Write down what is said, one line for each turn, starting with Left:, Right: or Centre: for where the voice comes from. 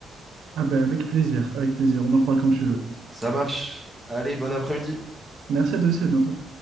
Right: Ah, bah, avec plaisir, avec plaisir. On en reparle quand tu veux.
Centre: Ça marche. Allez, bon après-midi.
Right: Merci à toi aussi, à bientôt.